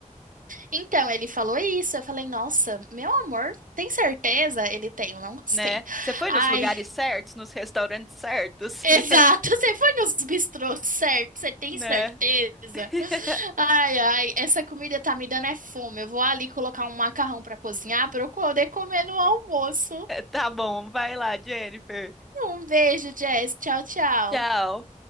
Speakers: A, on the right; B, in the centre.
A: Então, ele falou isso. Eu falei, nossa, meu amor, tem certeza? Ele tem, eu não gostei.
B: né? Você foi
A: Ai,
B: nos lugares certos, nos restaurantes certos,
A: exato,
B: <laughs>
A: <laughs> você foi nos bistrôs, certo? Você tem
B: né?
A: certeza?
B: <laughs>
A: Ai, ai, essa comida tá me dando é fome. Eu vou ali colocar um macarrão pra cozinhar pra eu poder comer no almoço.
B: Tá bom, vai lá, Jennifer.
A: Um beijo, Jess. Tchau, tchau.
B: Tchau.